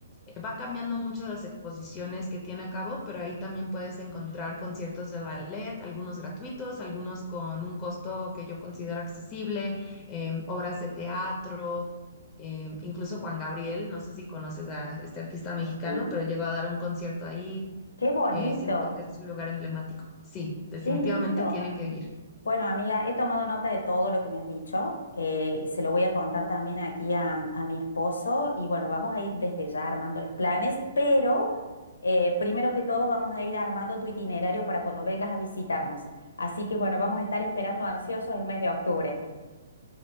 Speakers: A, on the left; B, on the left.
A: eh, va cambiando mucho las exposiciones que tiene a cabo, pero ahí también puedes encontrar conciertos de ballet, algunos gratuitos, algunos con un costo que yo considero accesible, em, obras de teatro eh, incluso Juan Gabriel, no sé si conoces a este artista mexicano,
B: sí,
A: pero llegó a dar un concierto ahí.
B: ¡Qué bonito!
A: Eh, siento que es un lugar emblemático. Sí, definitivamente
B: ¡Qué lindo!
A: tienen que ir.
B: Bueno, amiga, he tomado nota de todo lo que me has dicho. Eh, se lo voy a contar también aquí a, a mi esposo y bueno, vamos a ir desde ya armando los planes, pero eh, primero que todo vamos a ir armando tu itinerario para cuando vengas a visitarnos. Así que bueno, vamos a estar esperando ansiosos el mes de octubre.